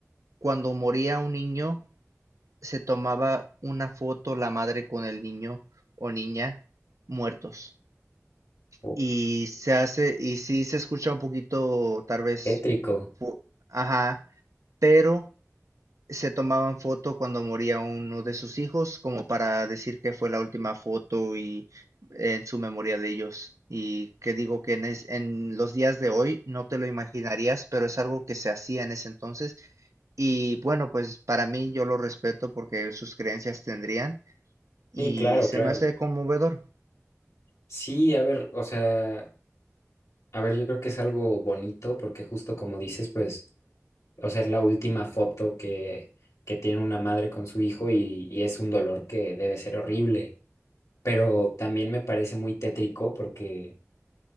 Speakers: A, on the right (about 80°); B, on the left (about 80°).
A: cuando moría un niño, se tomaba una foto la madre con el niño o niña muertos
B: Ok.
A: y se hace, y sí se escucha un poquito, tal vez,
B: Tétrico.
A: fu- ajá, pero se tomaban foto cuando moría uno de sus hijos, como para decir que fue la última foto y en su memoria de ellos. Y que digo que en, es- en los días de hoy no te lo imaginarías, pero es algo que se hacía en ese entonces. Y bueno, pues para mí yo lo respeto porque sus creencias tendrían y
B: Sí, claro,
A: se
B: claro.
A: me hace conmovedor.
B: Sí, a ver, o sea, a ver, yo creo que es algo bonito porque justo como dices, pues, o sea, es la última foto que, que tiene una madre con su hijo y, y es un dolor que debe ser horrible, pero también me parece muy tétrico porque,